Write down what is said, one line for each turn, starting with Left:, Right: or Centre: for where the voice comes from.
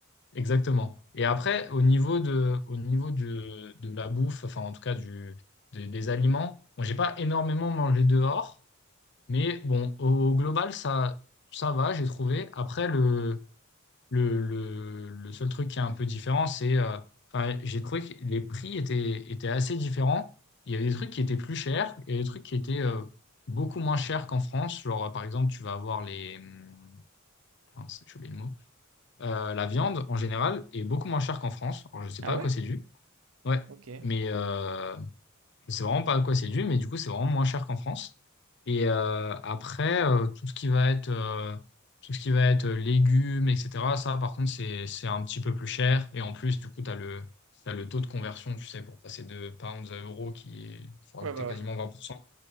Left: Exactement. Et après, au niveau de, au niveau de, de la bouffe, enfin en tout cas du, des, des aliments, bon, j'ai pas énormément mangé dehors, mais bon, au, au global, ça, ça va, j'ai trouvé. Après, le, le, le, le seul truc qui est un peu différent, c'est, euh, enfin, j'ai trouvé que les prix étaient, étaient assez différents. Il y avait des trucs qui étaient plus chers et des trucs qui étaient euh, beaucoup moins chers qu'en France. Genre, par exemple, tu vas avoir les... hum, mince, J'ai oublié le mot euh, la viande, en général, est beaucoup moins chère qu'en France. Alors, je sais
Right: Ah
Left: pas
Right: ouais?
Left: à quoi c'est dû. Ouais.
Right: Ok. Ouais,
Left: Mais euh, je sais vraiment pas à quoi c'est dû, mais du coup, c'est vraiment moins cher qu'en France. Et euh, après, euh, tout ce qui va être, euh, tout ce qui va être euh, légumes, etc., ça, par contre, c'est, c'est un petit peu plus cher. Et en plus, du coup, tu as le, t'as le taux de conversion, tu sais, pour passer de pounds à euros qui est, faut
Right: bah
Left: rajouter
Right: ouais.
Left: quasiment 20%.